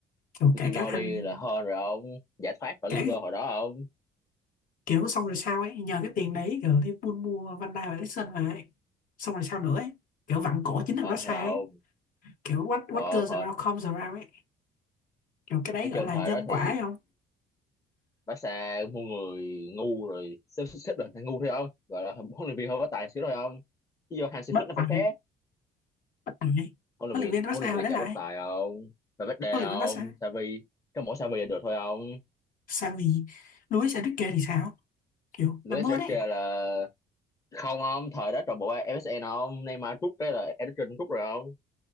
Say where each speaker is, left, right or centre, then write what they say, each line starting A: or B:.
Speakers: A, on the left; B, on the left.
A: kiểu
B: Coutinho
A: cả cả thằng
B: đi là hên rồi ông giải thoát khỏi
A: cả
B: Liverpool
A: cái-
B: hồi đó ông
A: kiểu xong rồi sao ấy nhờ cái tiền đấy kiểu thì buôn mua Van Dijk và Eriksen về xong rồi sao nữa ấy kiểu vặn cổ chính thằng
B: hên
A: Barca
B: thôi ông
A: ấy kiểu what what
B: ờ
A: goes
B: hên
A: around comes around ấy kiểu cái đấy
B: nói
A: gọi
B: chung
A: là
B: thời
A: nhân
B: đó thì
A: quả ấy không
B: Barca mua người ngu rồi xếp xếp xếp đoàn thằng ngu thôi ông gọi là huấn luyện viên hơi có tài xíu thôi ông chứ vô Hansi
A: bất
B: Flick nó
A: tài
B: phải khác
A: bất tài
B: huấn luyện
A: huấn
B: viên
A: luyện viên Barca
B: huấn luyện viên
A: hồi
B: là
A: đấy
B: chả
A: là
B: có
A: ai
B: tài ông phải Valverde
A: huấn
B: ông
A: luyện viên Barca
B: Xavi có mỗi Xavi là được thôi ông
A: sao vì Luis Enrique thì sao kiểu
B: Luis
A: làm ơn
B: Enrique
A: ấy
B: là không ông thời đó trò bộ MSN không Neymar rút cái là Eriksen cũng rút rồi không